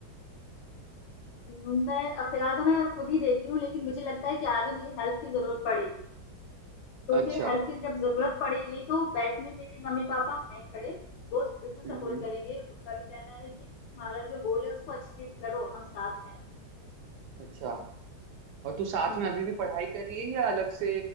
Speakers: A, on the left (about 75°); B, on the right (about 70°).
A: मैं अ, फिलहाल तो मैं खुद ही देख रही हूँ लेकिन मुझे लगता है कि आगे मुझे हेल्प की जरूरत पड़ेगी तो
B: है अच्छा
A: फिर हेल्प की जब जरूरत पड़ेगी तो बैक में मेरे मम्मी पापा हैं खड़े वो बिल्कुल सपोर्ट
B: हम्म हम्म
A: करेंगे उनका भी कहना है कि तुम्हारा जो गोल है उसको अचीव करो हम साथ हैं
B: अच्छा और तू साथ
A: हम्म
B: में अभी भी पढ़ाई कर रही है या अलग से